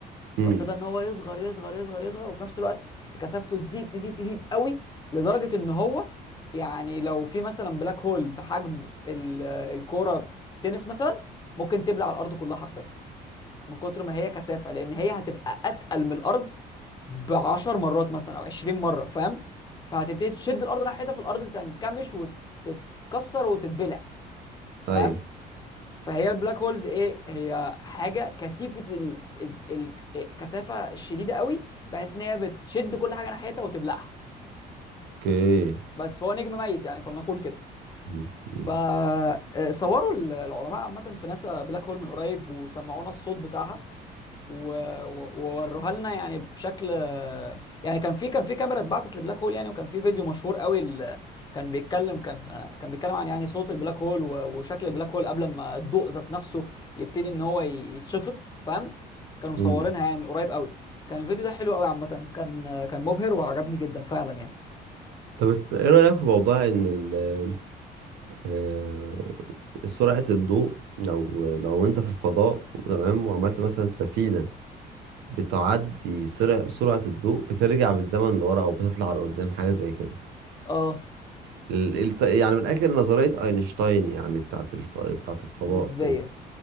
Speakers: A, on the right (about 85°); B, on the left (about 25°).
A: امم
B: فابتدى ان هو يصغر يصغر يصغر يصغر وفي نفس الوقت كثافته تزيد تزيد تزيد قوي لدرجه ان هو يعني لو في مثلا بلاك هول بحجم ال- الكوره تنس مثلا ممكن تبلع الارض كلها حرفيا من كتر ما هي كثافه لان هي هتبقى اتقل من الارض ب 10 مرات مثلا او 20 مره فاهم فهتبتدي تشد الارض ناحيتها في الارض تنكمش وتتكسر وتتبلع فاهم
A: ايوه
B: فهي البلاك هولز ايه هي حاجه كثيفه ال... ال... ال... كثافه شديده قوي بحيث ان هي بتشد كل حاجه ناحيتها وتبلعها
A: اوكي
B: بس فهو نجم ميت يعني فلنقول كده
A: مم. مم.
B: فصوروا العلماء عامه في ناسا بلاك هول من قريب وسمعونا الصوت بتاعها و- و- ووروها لنا يعني بشكل يعني كان في كان في كاميرا اتبعتت لبلاك هول يعني وكان في فيديو مشهور قوي ال- كان بيتكلم كان كان بيتكلم عن يعني صوت البلاك هول و- وشكل البلاك هول قبل ما الضوء ذات نفسه يبتدي ان هو يتشفط فاهم كانوا مصورينها
A: مم.
B: يعني من قريب قوي كان الفيديو ده حلو قوي عامة كان كان مبهر وعجبني جدا فعلا يعني
A: طب إت- ايه رأيك في موضوع ان ال- آه، سرعة الضوء لو لو انت في الفضاء تمام وعملت مثلا سفينة بتعدي سرع سرعة الضوء بترجع بالزمن لورا او بتطلع لقدام حاجة زي كده
B: اه
A: ال- الت- يعني من الاخر نظرية اينشتاين يعني بتاعت الف... بتاعت الفضاء
B: نسبيا
A: يعني